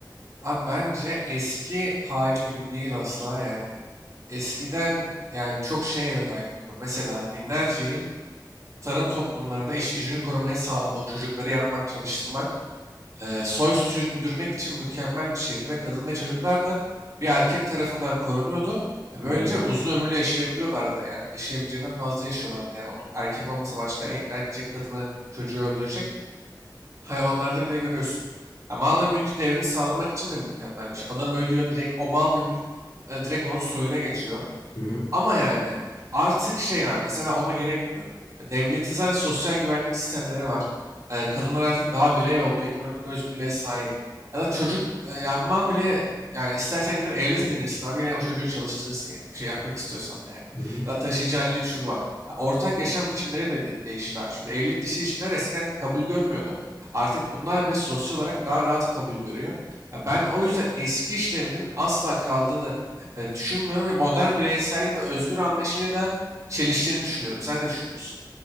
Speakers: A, on the right; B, on the left.
A: Abi bence eski hali gibi değil asla yani. Eskiden yani çok şeye dair kurum. Mesela binlerce yıl tarım toplumlarında iş gücünü korumayı sağladı. O çocukları yapmak, çalıştırmak, eee, soy sürdürmek için mükemmel bir şeydi ve kadın ve çocuklar da bir erkek tarafından korunuyordu. E, Böylece
B: Hı hı,
A: uzun ömürlü yaşayabiliyorlardı. Yani yaşayabileceğinden fazla yaşıyorlardı. Yani onun erkek olmasa başka erkekler gidecek kadını, çocuğu öldürecek. Hayvanlarda bile görüyorsun. Ya mal ve mülkün devrini sağlamak için de mükemmel bir şey. Adam ölüyor direkt o mal ve mülk e, direkt onun soyuna geçiyor.
B: hı hı,
A: Ama yani artık şey yani mesela ona gerekmiyor. Ya Devletin zaten sosyal güvenlik sistemleri var. Ee, kadınlar artık daha birey oldu, ekonomik özgürlüğe sahip. Ya da çocuk e, yapman bile yani istersen gider evlat edinirsin abi yine o çocuğu çalıştırırsın yani. Bir şey yapmak istiyorsan da yani.
B: hı hı.
A: Ya da taşıyıcı annelik şu var. Ya ortak yaşam biçimleri bile de- değişti abi. Şimdi evlilik dışı ilişkiler eskiden kabul görmüyordu. Artık bunlar bile sosyal olarak daha rahat kabul görüyor. Ya ben o yüzden eski işlevinin asla kaldığını e, düşünmüyorum ve modern bireysellik ve özgür anlayışıyla çeliştiğini düşünüyorum. Sen ne düşünüyorsun?